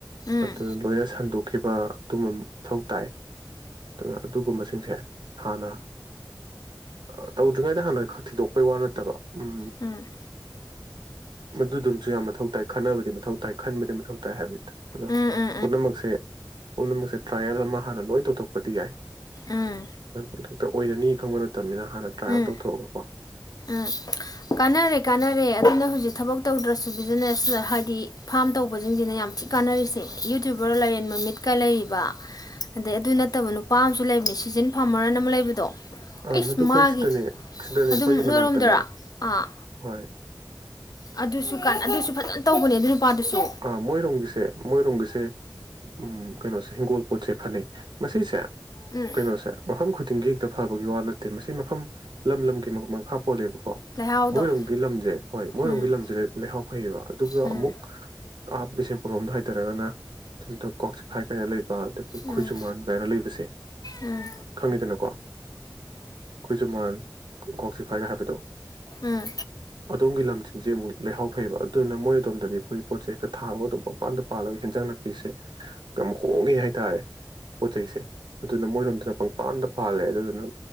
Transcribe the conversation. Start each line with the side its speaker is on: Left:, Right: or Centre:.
Left: ꯎꯝ
Right: ꯑꯗꯨ ꯂꯣꯏꯅ ꯁꯟꯗꯣꯛꯈꯤꯕ ꯑꯗꯨꯝꯕ ꯃꯊꯧ ꯇꯥꯏ ꯑꯗꯨꯅ ꯑꯗꯨꯒꯨꯝꯕꯁꯤꯡꯁꯦ ꯍꯥꯟꯅ ꯑ ꯇꯧꯗ꯭ꯔꯤꯉꯩꯗ ꯍꯥꯟꯅ ꯈ ꯊꯤꯗꯣꯛꯄꯩ ꯋꯥ ꯅꯠꯇꯕ ꯎꯝ
Left: ꯎꯝ
Right: ꯃꯗꯨꯗꯨꯪꯁꯨ ꯌꯥꯝ ꯃꯊꯧ ꯇꯥꯏ ꯈꯟꯅꯕꯗꯤ ꯃꯊꯧ ꯇꯥꯏ ꯈꯟꯕꯗꯤ ꯃꯊꯧ ꯇꯥꯏ ꯍꯥꯏꯕꯅꯤꯗ ꯑꯗꯣ
Left: ꯎꯝ ꯎꯝ
Right: ꯄꯨꯅꯃꯛꯁꯦ ꯄꯨꯝꯅꯃꯛꯁꯦ ꯇ꯭ꯔꯥꯏꯌꯦꯜ ꯑꯃ ꯍꯥꯟꯅ ꯂꯣꯏ ꯇꯧꯊꯣꯛꯄꯗꯤ ꯌꯥꯏ
Left: ꯎꯝ
Right: ꯍꯦꯛꯇ ꯑꯣꯏꯔꯅꯤ ꯈꯪꯕ ꯅꯠꯇꯕꯅꯤꯅ ꯍꯥꯟꯅ ꯇ꯭ꯔꯥꯏꯌꯦꯜ
Left: ꯎꯝ
Right: ꯇꯧꯊꯣꯛꯑꯒꯀꯣ
Left: ꯎꯝ ꯀꯥꯟꯅꯔꯦ ꯀꯥꯟꯅꯔꯦ ꯑꯗꯨꯅ ꯍꯧꯖꯤꯛ ꯊꯕꯛ ꯇꯧꯗ꯭ꯔꯁꯨ ꯕꯤꯖꯤꯅꯦꯁ ꯍꯥꯏꯗꯤ ꯐꯥꯝ ꯇꯧꯕꯁꯤꯡꯁꯤꯅ ꯌꯥꯝ ꯊꯤ ꯀꯥꯟꯅꯔꯤꯁꯦ ꯌꯨꯇ꯭ꯌꯨꯕꯔ ꯂꯩꯔꯦꯟꯕ ꯃꯤꯠꯀ ꯂꯩꯔꯤꯕ ꯑꯗꯩ ꯑꯗꯨ ꯅꯠꯇꯕ ꯅꯨꯄꯥ ꯑꯃꯁꯨ ꯂꯩꯕꯅꯦ ꯁꯤꯖꯟ ꯐꯥꯔꯃꯔ ꯑꯅ ꯑꯃ ꯂꯩꯕꯗꯣ
Right: ꯑꯥ
Left: ꯑꯩꯁ
Right: ꯃꯗꯨ
Left: ꯃꯥꯒꯤ
Right: ꯑꯩꯈꯣꯏ ꯁꯤꯗꯅꯦ ꯁꯤꯗꯅꯦ
Left: ꯑꯗꯨꯝ
Right: ꯑꯩꯈꯣꯏꯒꯤ
Left: ꯅꯣꯏꯔꯣꯝꯗꯔꯥ
Right: ꯃꯅꯥꯛꯇꯅꯦ
Left: ꯑꯥ
Right: ꯍꯣꯏ
Left: ꯑꯗꯨꯁꯨ ꯀꯥꯟ ꯑꯗꯨꯁꯨ ꯐꯖꯅ ꯇꯧꯕꯅꯦ ꯑꯗꯨ ꯅꯨꯄꯥꯗꯨꯁꯨ
Right: ꯑꯥ ꯃꯣꯏꯔꯣꯝꯒꯤꯁꯦ ꯃꯣꯏꯔꯣꯝꯒꯤꯁꯦ ꯎꯝ ꯀꯩꯅꯣꯁꯦ ꯍꯤꯡꯒꯣꯜ ꯄꯣꯠꯁꯦ ꯐꯅꯩ ꯃꯁꯤꯁꯦ
Left: ꯎꯝ
Right: ꯀꯩꯅꯣꯁꯦ ꯃꯐꯝ ꯈꯨꯗꯤꯡꯒꯤ ꯍꯦꯛꯇ ꯐꯕꯒꯤ ꯋꯥ ꯅꯠꯇꯦ ꯃꯁꯤ ꯃꯐꯝ ꯂꯝ ꯂꯝꯒꯤ ꯃꯈ ꯈꯥ ꯄꯣꯜꯂꯦꯕ ꯀ
Left: ꯂꯩꯍꯥꯎꯗꯣ
Right: ꯃꯣꯏꯔꯣꯝꯒꯤ ꯂꯝꯁꯦ ꯍꯣꯏ ꯃꯣꯏꯔꯣꯝꯒꯤ
Left: ꯎꯝ
Right: ꯂꯝꯁꯦ ꯂꯩꯍꯥꯎ ꯐꯩꯌꯦꯕ ꯑꯗꯨꯒ
Left: ꯎꯝ
Right: ꯑꯃꯨꯛ ꯥ ꯕꯤꯁꯦꯝꯄꯨꯔ ꯂꯣꯝꯗ ꯍꯥꯏꯇꯔꯒꯅ ꯁꯣꯝꯇ ꯀꯣꯛꯆꯤꯐꯥꯏ ꯀꯅ ꯂꯩꯕ ꯑꯗꯒꯤ
Left: ꯎꯝ
Right: ꯈꯣꯏꯖꯨꯃꯥꯟ ꯀꯥꯏꯅ ꯂꯩꯕꯁꯦ
Left: ꯎꯝ
Right: ꯈꯪꯉꯤꯗꯅꯀꯣ ꯈꯣꯏꯖꯨꯃꯥꯟ ꯀꯥꯛꯆꯤꯐꯥꯏꯒ ꯍꯥꯏꯕꯗꯣ
Left: ꯎꯝ
Right: ꯑꯗꯣꯝꯒꯤ ꯂꯝꯁꯤꯡꯁꯦ ꯑꯃꯨꯛ ꯂꯩꯍꯥꯎ ꯐꯩꯕ ꯑꯗꯨꯅ ꯃꯣꯏ ꯑꯗꯣꯝꯗꯗꯤ ꯑꯩꯈꯣꯏꯒꯤ ꯄꯣꯠ ꯆꯩꯦꯛꯇ ꯊꯕꯒ ꯑꯗꯨꯝ ꯃꯄꯥꯟꯗ ꯄꯜꯂꯒ ꯍꯦꯟꯖꯥꯡꯅ ꯅꯨꯄꯤꯤꯁꯦ ꯌꯥꯝ ꯍꯣꯡꯉꯦ ꯍꯥꯏꯇꯥꯔꯦ ꯄꯣꯠ ꯆꯩꯁꯦ ꯑꯗꯨꯅ ꯃꯣꯏꯔꯣꯝꯗꯅ ꯄꯪꯄꯥꯟꯗ ꯄꯥꯜꯂꯦ ꯑꯗꯨꯗꯨꯅ